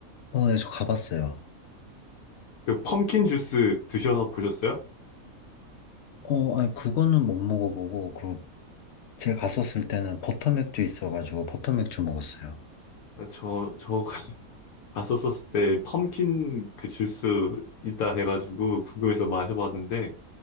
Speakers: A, on the left; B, on the left.
A: 어, 네, 저 가봤어요.
B: 그 펌킨 주스 드셔서 보셨어요?
A: 어, 아니, 그거는 못 먹어보고, 그, 제가 갔었을 때는 버터맥주 있어가지고 버터맥주 먹었어요.
B: 아, 저, 저 <laughs> 갔었었을 때 펌킨 그 주스 있다 해가지고 궁금해서 마셔봤는데